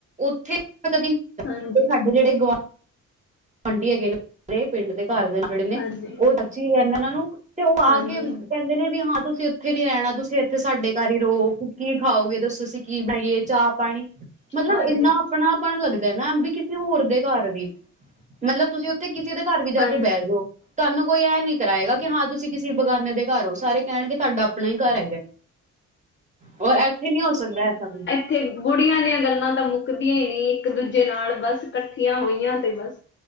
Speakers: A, on the right; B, on the left.
A: ਉੱਥੇ ਕਦੀ
B: ਹਾਂਜੀ!
A: ਜਿਹੜੇ ਗੁਆਂ ਗਵਾਂਢੀ ਹੈਗੇ ਨੇ, ਪਿੰਡ ਦੇ ਘਰ ਦੇ, ਜਿਹੜੇ ਨੇ
B: ਹਾਂਜੀ
A: ਉਹ ਸਚੀ ਰਹਿੰਦੇ ਇਹਨਾਂ ਨੂੰ ਤੇ ਉਹ ਆਕੇ
B: ਹਾਂਜੀ
A: ਕਹਿੰਦੇ ਨੇ ਵੀ ਹਾਂ ਤੁਸੀਂ ਉੱਥੇ ਨੀ ਰਹਿਣਾ, ਤੁਸੀਂ ਇੱਥੇ ਸਾਡੇ ਘਰ ਹੀ ਰਹੋ, ਕੀ ਖਾਓਗੇ, ਦੱਸੋ ਅਸੀਂ ਕੀ ਬਣਾਈਏ ਚਾਹ-ਪਾਣੀ, ਮਤਲਬ
B: ਹਾਂਜੀ
A: ਇੰਨਾ ਅਪਣਾਪਣ ਲੱਗਦਾ ਨਾ, ਵੀ ਕਿਸੇ ਹੋਰ ਦੇ ਘਰ ਵੀ। ਮਤਲਬ ਤੁਸੀਂ ਉੱਥੇ ਕਿਸੇ ਦੇ ਘਰ ਵੀ
B: ਹਾਂਜੀ
A: ਜਾਕੇ ਬੈਜੋ ਤੁਹਾਨੂੰ ਕੋਈ ਐ ਨੀ ਕਰਾਇਗਾ ਕਿ ਹਾਂ ਤੁਸੀਂ ਕਿਸੇ ਬਗਾਨੇ ਦੇ ਘਰ ਹੋਂ, ਸਾਰੇ ਕਹਿਣਗੇ ਤੁਹਾਡਾ ਅਪਣਾ ਹੀ ਘਰ ਹੈਗਾ, ਓਰ ਇੱਥੇ ਨੀ ਹੋ ਸਕਦਾ ਐਸਾ ਕੁ
B: ਇਥੇ ਬੁੜੀਆਂ ਦੀਆਂ ਗੱਲਾਂ ਤਾਂ ਮੁੱਕਦੀਆਂ ਹੀ ਨਹੀਂ, ਇੱਕ-ਦੂਜੇ ਨਾਲ, ਬਸ ਇਕੱਠੀਆਂ ਹੋਈਆਂ ਤੇ ਬਸ।